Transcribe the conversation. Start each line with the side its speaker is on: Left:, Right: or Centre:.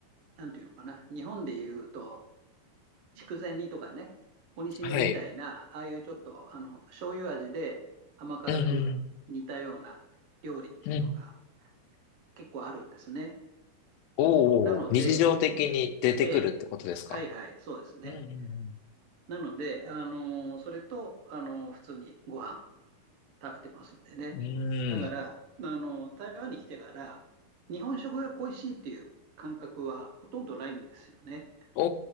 Right: なんていうのかな、日本でいうと、筑前煮とかね、鬼しめみたいな、
Left: はい。
Right: ああいうちょっとあの醤油味で甘辛く似たような料理っていうのが
Left: うんうん。うんうん
Right: 結構あるんですね。
Left: おお、
Right: なので、
Left: 日常的に出てくるってことですか
Right: ええ、はいはい、そうですね。
Left: うん
Right: なので、あのーそれと、あのー普通にご飯食べてますんでね。
Left: うんうん。
Right: だから、
Left: うーん。
Right: あのー台湾に来てから、日本食が恋しいっていう感覚はほとんどないんですよね。
Left: お